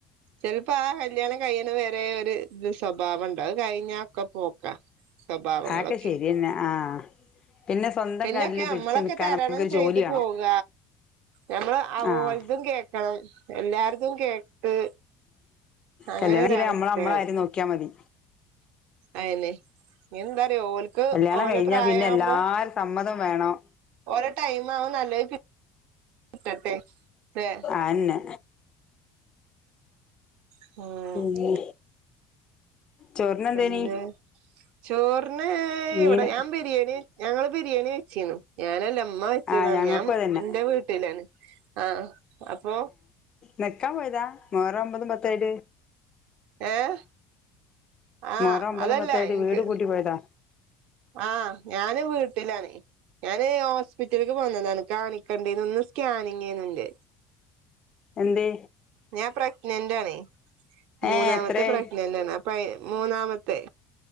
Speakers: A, on the right (about 70°); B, on the left (about 40°).
A: ചെലപ്പോ ആ കല്യാണം കഴിയണ വരെ ഒരു സ്വഭാവുണ്ട് അത് കഴിഞ്ഞ ഒക്കെ പോക്കാ സ്വഭാവങ്ങളൊക്കെ
B: അയൊക്ക ശെരിയന്നെ ആഹ് പിന്നെ സ്വന്തം
A: പിന്നൊക്കെ
B: കാലില് പിടിച്ച്
A: അമ്മളൊക്കെ
B: നിക്കാൻ
A: തരണം
B: നമുക്കൊരു
A: ചെയ്തു
B: ജോലി വേണം
A: പോക ഞമ്മള് അഓലതും
B: ആഹ്
A: കേക്കണം എല്ലാർതും കേട്ട് അങ്ങനെ
B: കല്യാണചിലെ
A: ഒരവസ്ഥയാവും
B: അമ്മള് അമ്മളെ കാര്യം നോക്കിയാ മതി.
A: അയന്നെ. ഞ്ഞെന്താറിയോ ഓൽക്ക്
B: കല്യാണം
A: ഓല
B: കഴിഞ്ഞാ
A: പ്രായാമ്പോ.
B: പിന്നെ എല്ലാരെ സമ്മതം വേണം
A: ഓരേ ടൈം ആവും നല്ലെത് കിട്ടട്ടെ. ല്ലേ
B: ആന്നെ
A: മ്മ്
B: പിന്നെ ചോറിനെന്തേനി
A: പിന്നെ ചോറിന്.
B: മീന്
A: ഇവെടെ ഞാൻ ബിരിയാണി. ഞങ്ങെള് ബിരിയാണി വെച്ചേന്ന്. ഞാനല്ല, ഉമ്മ വെച്ചതാണ്.
B: ആഹ് ഞങ്ങക്കും
A: ഞാൻ
B: അതന്നെ
A: ന്റെ വീട്ടിലാണ്. ആഹ് അപ്പോ
B: നെക്കാൻ പോയതാ. മുറം ഒമ്പതും പത്ത്‌യിട്ട്
A: ഏഹ് ആഹ്
B: മുഅറം ഒമ്പതും
A: അതല്ല
B: പത്തുആയിട്ട്
A: എനിക്ക്
B: വീട് കൂട്ടി പോയതാ.
A: ആഹ് ഞാനും വീട്ടിലാണേ ഞാന് ഹോസ്പിറ്റലിക്ക് പോന്നതാണ്. കാണിക്കണ്ടയിന്ന് ഇന്ന് സ്കാനിങ്ങേണ്ന്റെ.
B: എന്തേ?
A: ഞാൻ പ്രഗ്നന്റാണേ. മൂന്നാമത്തെ
B: ഏഹ് എത്രയായി
A: പ്രഗ്നന്റാണ്. അപ്പയ് മൂന്നാമ ത്തെ.